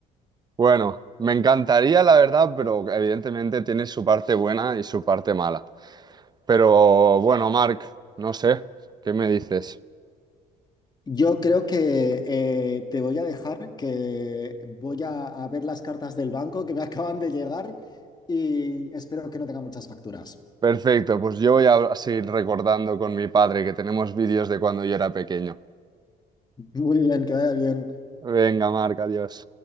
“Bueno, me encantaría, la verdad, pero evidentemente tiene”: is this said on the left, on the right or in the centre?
Right